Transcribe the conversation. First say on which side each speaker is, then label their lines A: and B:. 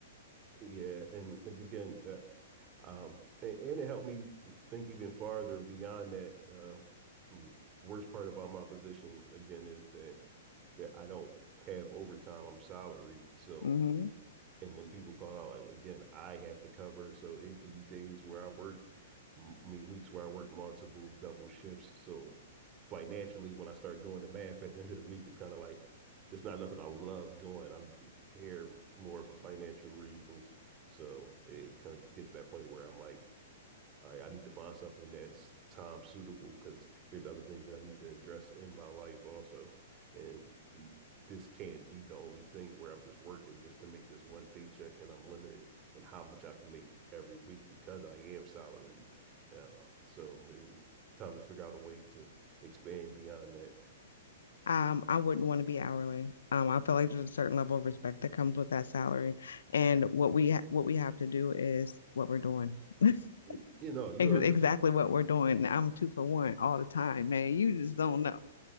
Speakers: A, on the right; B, on the left.
A: Yeah, and like again, uh, um, and, and it helped me think even farther beyond that. Uh, mm, worst part about my position again is that that I don't have overtime. I'm salaried, so
B: hmm
A: and when people call out, like, again, I have to cover. So it could be days where I work, m- I mean, weeks where I work multiple double shifts. So financially, when I start doing the math at the end of the week, it's kind of like it's not nothing I love doing. I'm here more for financial reasons. So it comes gets to that point where I'm like, all right, I need to find something that's time suitable because there's other things that I need to address in my life also. And this can't be the only thing where I'm just working just to make this one paycheck and I'm limited in how much I can make every week because I am salary now. So it's time to figure out a way to expand beyond that.
B: Um, I wouldn't want to be hourly. Um, I feel like there's a certain level of respect that comes with that salary, and what we ha what we have to do is what we're doing, <laughs> Ex-
A: You know, you're
B: exactly
A: under
B: what we're doing. I'm two for one all the time, man. You just don't know.